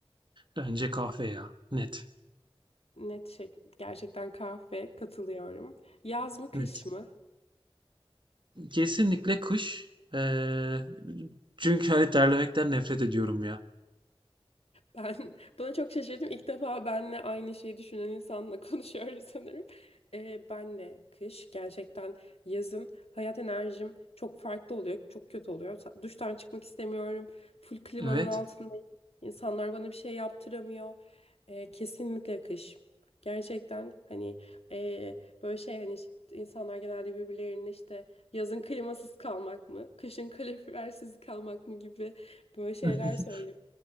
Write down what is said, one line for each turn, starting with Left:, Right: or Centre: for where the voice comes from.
Right: Bence kahve ya. Net,
Left: Net şey, gerçekten kahve katılıyorum. Yaz mı kış
Right: net.
Left: mı?
Right: Kesinlikle kış. Ee, çünkü hani terlemekten nefret ediyorum ya.
Left: Ben <laughs> buna çok şaşırdım. İlk defa benle aynı şeyi düşünen insanla <laughs> konuşuyoruz sanırım. Ee, benle kış gerçekten yazın hayat enerjim çok farklı oluyor. Çok kötü oluyor. Sa- Duştan çıkmak istemiyorum. Full klimanın
Right: Evet.
Left: altındayım. İnsanlar bana bir şey yaptıramıyor. Ee, kesinlikle kış. Gerçekten hani e, böyle şey hani işte insanlar genelde birbirlerinin işte yazın klimasız kalmak mı, kışın kalorifersiz kalmak mı gibi böyle şeyler
Right: <laughs>
Left: söylüyor.